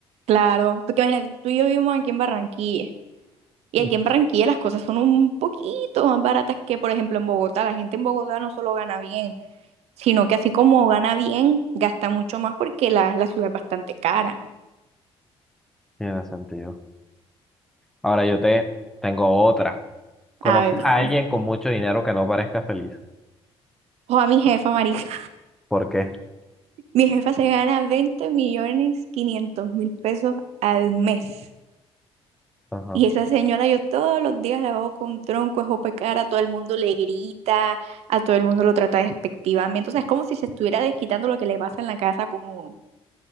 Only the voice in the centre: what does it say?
Mm,
Tiene sentido. Ahora yo te tengo otra. ¿Conoces
a
alguien con mucho dinero que no parezca feliz?
¿Por qué?
Ajá.